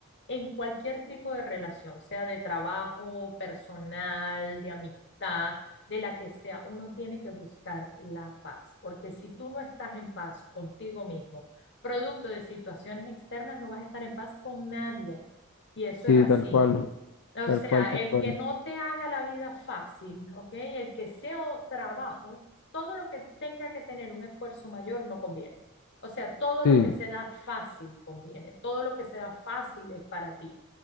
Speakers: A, on the left (about 50°); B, on the left (about 75°).
A: en cualquier tipo de relación, sea de trabajo, personal, de amistad, de la que sea. Uno tiene que buscar la paz, porque si tú no estás en paz contigo mismo, producto de situaciones externas, no vas a estar en paz con nadie. Y eso
B: sí,
A: es así.
B: tal cual.
A: O
B: Tal
A: sea,
B: cual, tal
A: el
B: cual.
A: que no te haga la vida fácil, ¿ok? El que sea o- trabajo, todo lo que tenga que tener un esfuerzo mayor no conviene. O sea, todo lo
B: Sí,
A: que se da fácil conviene, todo lo que se da fácil es para ti.